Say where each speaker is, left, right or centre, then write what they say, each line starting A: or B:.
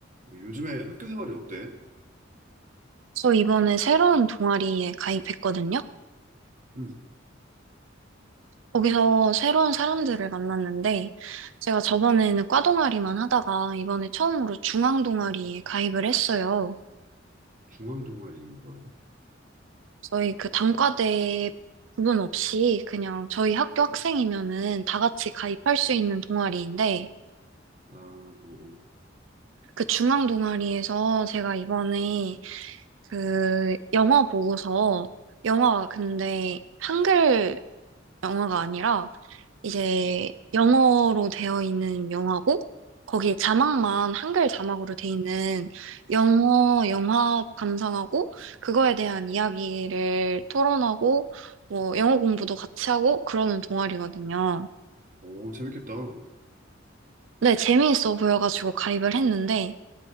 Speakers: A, on the right; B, on the right.
A: 뭐 요즘에 학교 생활이 어때?
B: 저 이번에 새로운 동아리에 가입했거든요.
A: 응.
B: 거기서 새로운 사람들을 만났는데, 제가 저번에는 과 동아리만 하다가 이번에 처음으로 중앙 동아리에 가입을 했어요.
A: 중앙 동아리는 뭐야
B: 저희 그 단과대 구분 없이 그냥 저희 학교 학생이면은 다 같이 가입할 수 있는 동아리인데,
A: 아, 오,
B: 그 중앙 동아리에서 제가 이번에 그 영어 보고서, 영어가 근데 한글 영어가 아니라 이제 영어로 되어 있는 영화고 거기에 자막만 한글 자막으로 돼 있는 영어 영화 감상하고 그거에 대한 이야기를 토론하고 뭐 영어 공부도 같이 하고 그러는 동아리거든요.
A: 오, 오, 재밌겠다.
B: 근데 재미있어 보여가지고 가입을 했는데